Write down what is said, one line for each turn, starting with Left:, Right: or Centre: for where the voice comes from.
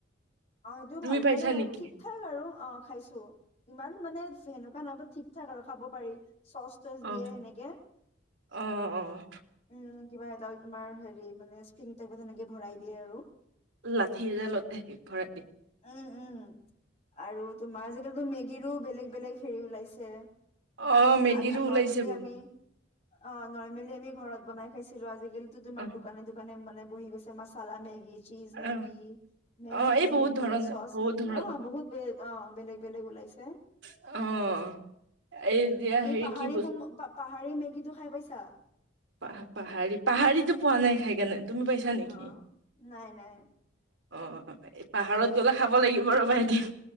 Left: অ', সেইটো
Right: তুমি
Left: ভাল
Right: পাইছা
Left: মানে
Right: নেকি?
Left: ঠিক ঠাক আৰু অ', খাইছোঁ, ইমান মানে সেনেকুৱা না, বাত ঠিক ঠাক আৰু খাব পাৰি। চচ, তচ
Right: অ',
Left: দিয়ে সেনেকে।
Right: অ', অ',
Left: উম। কিবা এদাল- তোমাৰ হেৰি মানে <unintelligible> তেনেকে ভৰাই দিয়ে আৰু।
Right: লাঠি এডালতে ভৰাই দিয়ে।
Left: উম, উম, আৰু তোমাৰ আজিকালিতো মে গিৰো বেলেগ, বেলেগ হেৰি ওলাইছে।
Right: অ', মেগীৰো
Left: আ-নৰ্মেলি
Right: ওলাইছে বহুত।
Left: আমি, অ', নৰ্মেলি আমি ঘৰত বনাই খাইছিলোঁ। আজিকালিতো তোমাৰ
Right: অ',
Left: দোকানে, দোকানে মানে বহি গৈছে মাচালা মেগী চিজ
Right: অ',
Left: মেগী, মেয়নিজ
Right: অ এই বহুত
Left: মেগ
Right: ধৰণ
Left: চচ
Right: বহুত
Left: মেগী,
Right: ধৰণ
Left: অ', বহুত বে-অ' বেলেগ, বেলেগ ওলাইছে।
Right: অ', এই এতিয়া
Left: <unintelligible>
Right: হেৰি
Left: পাহাৰী
Right: কি বস্তু
Left: মম-পা পাহাৰী মেগীটো খাই পাইছা?
Right: পাহ-পাহাৰী, পাহাৰীতো পোৱা নাই খাই কেনে। তুমি পাইছা নেকি
Left: অ' নাই, নাই।
Right: অ' পাহাৰত গ'লে খাব লাগিব ৰ বা এদিন।